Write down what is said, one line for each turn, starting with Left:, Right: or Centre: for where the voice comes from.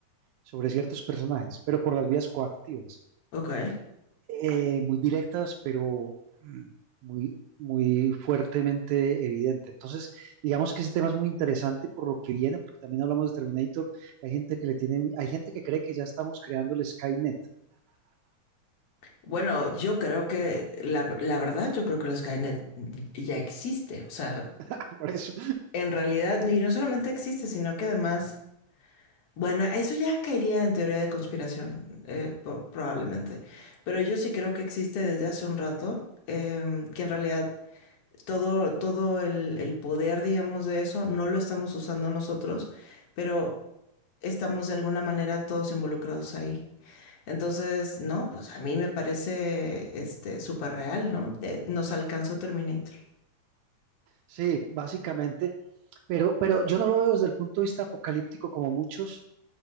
Right: sobre ciertos personajes, pero por las vías coactivas
Left: Ok.
Right: eh, muy directas, pero mm, muy, muy fuertemente evidente. Entonces, digamos que ese tema es muy interesante por lo que viene, porque también hablamos de Terminator. Hay gente que le tiene, hay gente que cree que ya estamos creando el Skynet,
Left: Bueno, yo creo que la, la verdad, yo creo que el Skynet ya existe. O sea,
Right: <laughs> por eso.
Left: en realidad, y no solamente existe, sino que además Bueno, eso ya caería en teoría de conspiración, eh, po- probablemente. Pero yo sí creo que existe desde hace un rato, em, que en realidad todo, todo el, el poder, digamos, de eso no lo estamos usando nosotros, pero estamos de alguna manera todos involucrados ahí. Entonces, no, pues a mí me parece este súper real, ¿no? Eh, nos alcanzó Terminator.
Right: Sí, básicamente, pero, pero yo no lo veo desde el punto de vista apocalíptico como muchos.